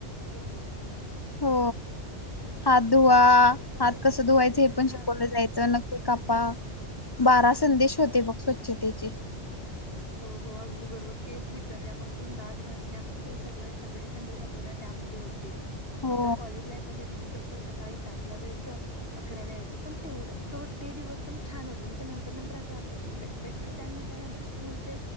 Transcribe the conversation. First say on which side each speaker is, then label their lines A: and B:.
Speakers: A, on the left; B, on the left.
A: तो.
B: हो. हात धुवा.
A: तर कॉलेज
B: हात कस
A: लाईफ
B: धुवायचं
A: देखील
B: हे पण शिकवलं
A: हा
B: जायचं. नक् कापा बारा संदेश होते बघ स्वच्छतेचे
A: हो. हो. अगदी बरोबर केस विचारण्यापासून. दात घासण्यापासून सगळे-सगळे संदेश आपल्याला त्यामध्ये होते
B: हो.
A: कॉलेज लाईफ दीदी कसं सकाळी सातला जायचं. अकराला यायचं. पण तेवढं त ते दिवस पण छान होते. म्हणजे नंतर-नंतर असं वाटल की बेटर म्हटल्यानंतर शाळेचा